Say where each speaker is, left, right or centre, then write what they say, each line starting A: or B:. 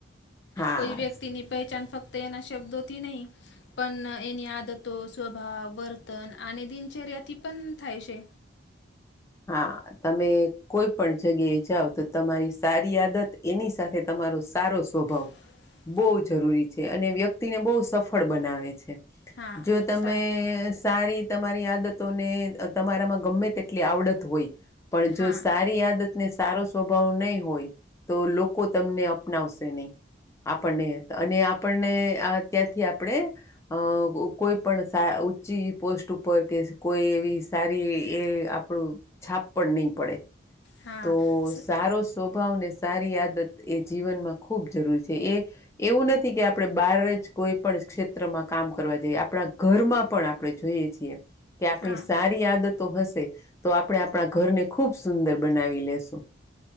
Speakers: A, on the left; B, on the left.
A: હા
B: કોઈ વ્યક્તિની. પહેચાન ફક્ત એના શબ્દોથી નહી, પણ એની આદતો સ્વભાવ, વર્તન અને દિનચર્યાથી પણ થાય છે.
A: હા. તમે કોઈ પણ જગ્યાએ જાઓ તો, તમારી સારી આદત એની સાથે તમારો સારો સ્વભાવ.
B: હ.
A: બહુ જરૂરી છે, અને વ્યક્તિને બહુ સફળ બનાવે છે.
B: હા
A: જો તમે
B: સારું
A: સારી તમારી આદતોને, તમારામાં ગમે તેટલી આવડ હોય, પણ
B: હા
A: જો સારી આદતને સારો સ્વભાવ નહીં હોય, તો લોકો તમને અપનાવશે નહી. આપણને, અને આપણને આ ત્યાંથી આપણે અ કોઈ પણ ઊંચી પોસ્ટ ઉપર કે, કોઈ એવી તારી એ આપણું છાપ પણ નહી પડે
B: હા
A: તો
B: સ-
A: સારો સ્વભાવને સારી આદત એ જીવનમાં ખૂબ જરૂરી છે એ એવું નથી કે આપણે બહાર જ કોઈ પણ ક્ષેત્રમાં કામ કરવા જઈએ આપણા ઘરમાં પણ આપણે જોઈએ છીએ કે આપણી
B: હા
A: સારી આદતો હશે. તો આપણે આપણા ઘરને ખુબ સુંદર બનાવી લેશું.